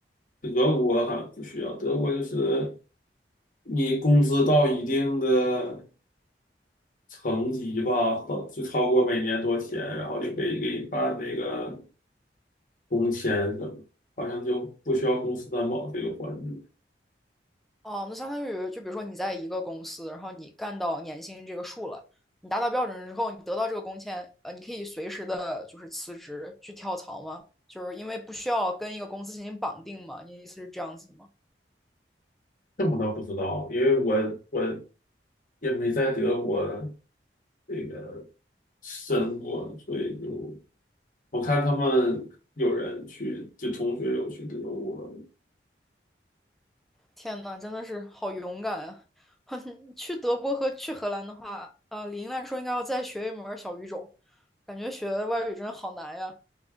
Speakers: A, on the left; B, in the centre.
A: 德国哈不需要，德国就是你工资到一定的层级吧，到就超过每年多钱，然后就可以给你办那个工签什么，好像就不需要公司担保这个环节。
B: 哦，那相当于就比如说你在一个公司，然后你干到年薪这个数了，你达到标准之后，你得到这个工签，呃，你可以随时的就是辞职去跳槽吗？就是因为不需要跟一个公司进行绑定嘛？你的意思是这样子吗？
A: 这我倒不知道，因为我我也没在德国这个申过，所以就我看他们有人去，就同学有去德国，
B: 天呐，真的是好勇敢啊！<laughs> 去德国和去荷兰的话，呃，理应来说应该要再学一门儿小语种，感觉学外语真的好难呀。